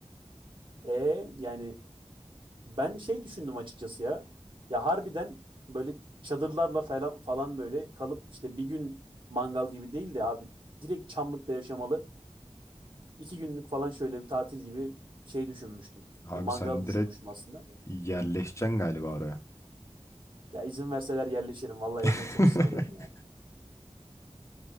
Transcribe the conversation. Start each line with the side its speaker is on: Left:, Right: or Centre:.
Right: E yani ben şey düşündüm açıkçası ya. Ya harbiden böyle çadırlarla falan falan böyle kalıp işte bir gün mangal gibi değil de abi direkt Çamlık'ta yaşamalı. İki günlük falan şöyle bir tatil gibi bir şey düşünmüştüm.
Left: Abi
Right: Ya mangal
Left: sen
Right: düşünmüştüm
Left: direkt
Right: aslında.
Left: yerleşeceksin galiba oraya.
Right: Ya izin verseler yerleşirim. Vallahi
Left: <laughs>
Right: evden çok sıkılıyorum ya.